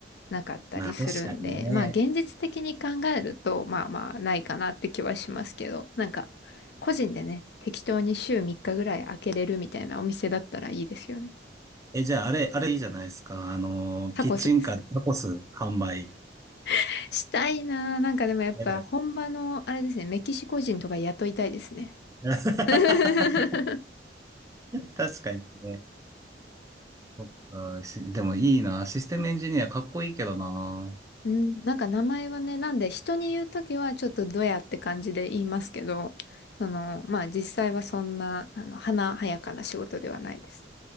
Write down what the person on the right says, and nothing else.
まあ確かにね。
え、じゃあ、あれ、あれいいじゃないですか。あのー、
キッチンカーでタコス販売。
ね
<laughs>
確かにね。そっか、し、でもいいな。システムエンジニアかっこいいけどな。